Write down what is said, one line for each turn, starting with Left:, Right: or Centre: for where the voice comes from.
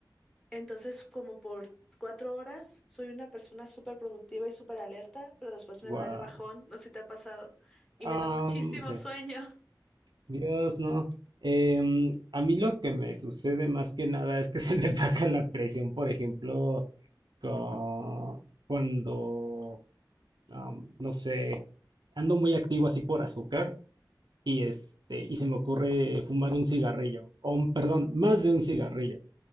Centre: Entonces, como por cuatro horas, soy una persona súper productiva y súper alerta, pero después me
Right: wow.
Centre: da el bajón, no sé si te ha pasado, y
Right: Am,
Centre: me da muchísimo
Right: sí,
Centre: sueño. <laughs>
Right: Dios, no. Em, a mí lo que me sucede más que nada es que se me <laughs> baja la presión, por ejemplo, con- cuando, am, no sé, ando muy activo así por azúcar. y este, y se me ocurre fumar un cigarrillo, o un- perdón, más de un cigarrillo.